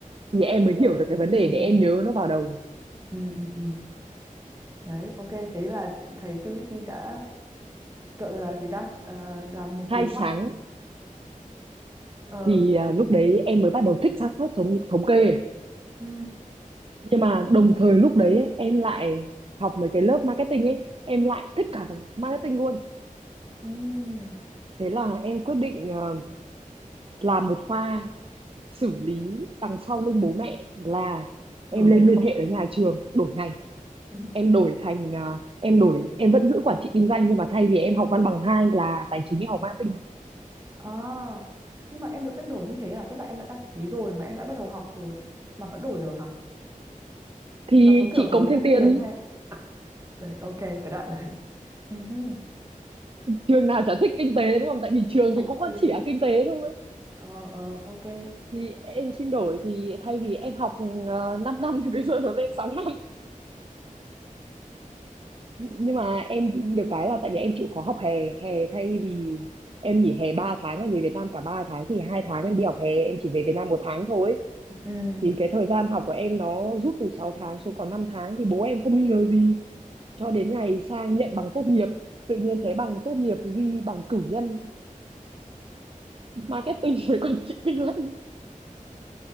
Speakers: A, on the right; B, on the right.
A: đúng
B: thì
A: rồi
B: em mới
A: kiểu
B: hiểu được
A: mình
B: cái vấn đề
A: ừ
B: để em nhớ nó vào đầu
A: ừ ừ ừ đấy ok thế là thấy Philippines đã kiểu là gì ta à, làm một cú
B: hai
A: ngoặt
B: sáng
A: ờ
B: thì à, lúc đấy em mới bắt đầu thích xác suất thống thống kê
A: ừ
B: nhưng mà đồng thời lúc đấy ấy, em lại học mấy cái lớp marketing ấy em lại thích cả marketing luôn
A: ừ
B: thế là em quyết định ờ, làm một pha xử lý đằng sau lưng bố mẹ là em
A: đổi
B: lên
A: ngành học
B: liên hệ với nhà trường đổi ngành
A: Ừ.
B: em đổi thành ờ, em đổi em vẫn giữ quản trị kinh doanh nhưng mà thay vì em học văn bằng hai là tài chính em học marketing
A: à nhưng mà em được phép đổi như thế à tức là em đã đăng ký rồi mà em đã bắt đầu học rồi mà vẫn đổi được hả
B: thì
A: nó có kiểu
B: chị
A: tốn
B: cống
A: thêm
B: thêm
A: tiền
B: tiền
A: hay đấy ok cái đoạn đấy ừ hừ.
B: trường nào chả thích kinh tế đúng không tại vì trường
A: thì cũng
B: thì cũng
A: hợp
B: vẫn
A: lý
B: chỉ là kinh tế thôi
A: ờ ờ ok
B: thì em xin đổi thì thay vì em học uh, 5 năm thì bây giờ nó lên sáu năm nhưng mà em được cái là tại vì em chịu khó học hè hè thay vì em nghỉ hè 3 tháng em về Việt Nam cả ba tháng thì hai tháng em đi học hè em chỉ về Việt Nam một tháng thôi
A: ừ
B: thì cái thời gian học của em nó rút từ 6 tháng xuống còn năm tháng thì bố em không nghi ngờ gì cho đến ngày sang nhận bằng tốt nghiệp tự nhiên thấy bằng tốt nghiệp ghi bằng cử nhân marketing <laughs> với quản trị kinh doanh